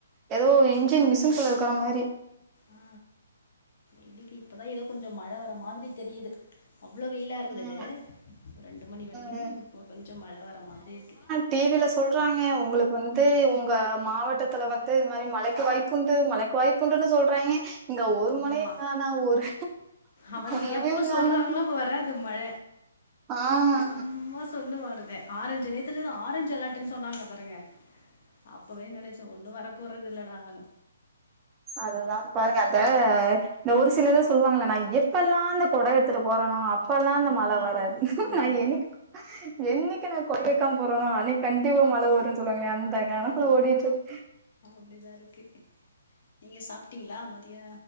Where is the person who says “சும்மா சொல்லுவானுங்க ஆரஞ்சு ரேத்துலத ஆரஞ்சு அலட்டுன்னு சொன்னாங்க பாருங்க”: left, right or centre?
Left